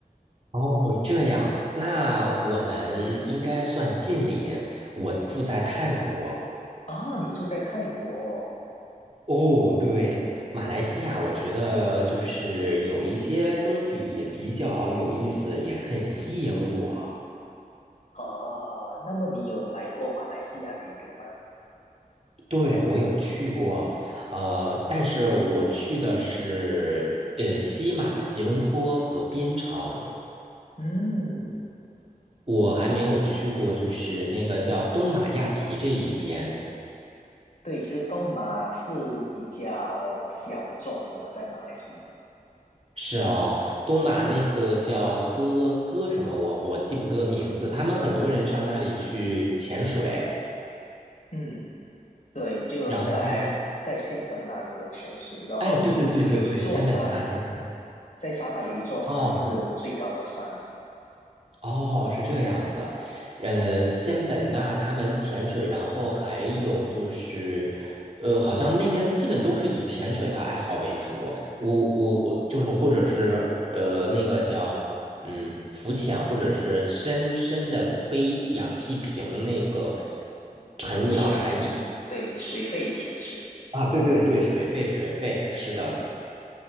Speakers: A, on the right; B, on the left.
A: 哦，这样，那我们应该算近邻，我住在泰国。
B: 哦，你住在泰国哦。
A: 哦，对，马来西亚，我觉得就是有一些东西也比较有意思，也很吸引我。
B: 哦，那么你有来过马来西亚旅游吗？
A: 对，我有去过，呃，但是我去的是呃西马、吉隆坡和槟城，
B: 嗯，
A: 我还没有去过，就是那个叫东马亚皮这一边。
B: 对，其实东马是比较小众的了，在马来西亚。
A: 是哦，东马那个叫哥哥什么，我我记不得名字。他们很多人上那里去潜水。
B: 嗯，对，就在在仙本那有的潜水，
A: 然后
B: 然后有一有有一座山，
A: 哎，对对对对对，仙本那，仙本
B: 在沙巴有一座山是最高的山，
A: 哦哦，是这样子，呃，仙本那他们潜水，然后还有就是，呃，好像那边基本都是以潜水的爱好为主，我我我就是或者是呃那个叫嗯浮潜，或者是深深的背氧气瓶那个沉入到海底
B: 嗯水，对，水肺潜水。
A: 啊，对对对，水肺水肺，是的。
B: 嗯，